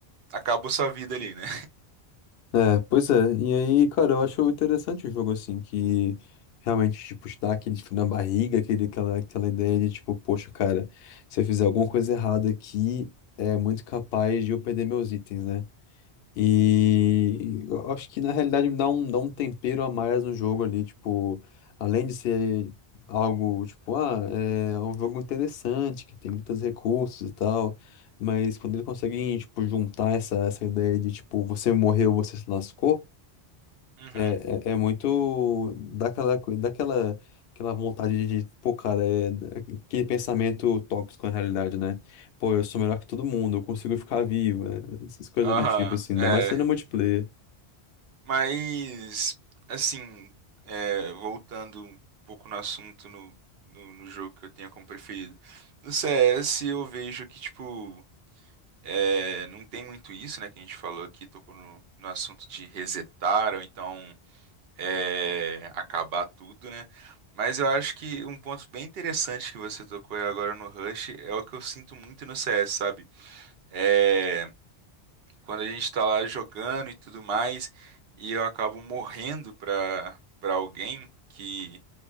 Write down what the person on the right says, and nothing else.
acabou sua vida ali, né?
Uhum,
aham,
é.
Mas, assim, é, voltando um pouco no assunto no, no, no jogo que eu tenho como preferido. No CS eu vejo que, tipo, é, não tem muito isso, né? Que a gente falou aqui, tocou no, no assunto de resetar ou então é, acabar tudo, né? Mas eu acho que um ponto bem interessante que você tocou agora no Rush é o que eu sinto muito no CS, sabe? É quando a gente está lá jogando e tudo mais, e eu acabo morrendo pra, pra alguém que,